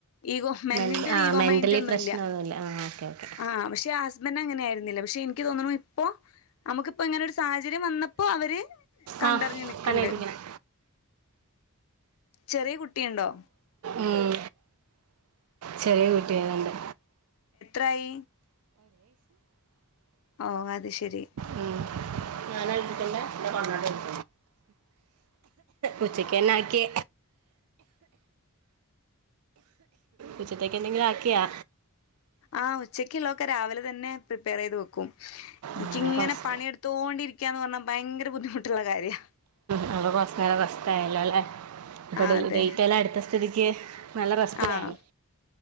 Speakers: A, on the left (about 70°); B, on the right (about 85°).
A: ഈഗോ മെന്റിന്റെ
B: മെന്റ
A: ഒരു
B: ആ
A: ഈഗോ
B: മെന്റലി
A: മൈന്റോന്നുല്ല
B: പ്രശ്നമൊന്നുമില്ല ആ ഓക്കെ ഓക്കെ
A: ആ പക്ഷെ വന് അങ്ങനെ ആയിരുന്നില്ല പക്ഷെനിക്ക് തോന്നുന്നു ഇപ്പോ അമ്മക്പ്പോ ഇങ്ങനൊരു സാഹചര്യം വന്നപ്പോ അവര് കണ്ടറിഞ്ഞു
B: ആ
A: നിക്ക്ണ്ട്.
B: പണിയെടുക്കണം
A: ചെറിയ കുട്ടിയുണ്ടോ?
B: ഉം ചെറിയ കുട്ട്യാള്ണ്ട്
A: എന്തായി ഓ അത് ശെരി
B: ഉം ഞാൻ <unintelligible> എന്റെ കണ്ണാടി ഉച്ചക്ക് തന്നെ ആക്കി ഉച്ചത്തേക്ക് എന്തെങ്കിലും ആക്ക്യോ
A: ആ ഉച്ചക്കുള്ളതൊക്കെ രാവിലെ തന്നെ പ്രിപ്പയർ ചെയ്ത് വെക്കും എനിക്കിങ്ങനെ
B: അങ്ങനെ കുറച്ച്
A: പണിയെടുത്തോണ്ടിരിക്കയാന്ന് പറഞ്ഞാ ഭയങ്കര ബുദ്ധിമുട്ടുള്ള കാര്യാ
B: നമ്മള് കുറച്ച് നേരം റസ്റ്റ്‌ ആയല്ലോ അല്ലേ ഇപ്പം
A: ആഹ്
B: ഡേറ്റ്
A: അതെ
B: എല്ലാം എടുത്ത സ്ഥിതിക്ക് നല്ല റെസ്റ്റ്
A: ആഹ്
B: വേണം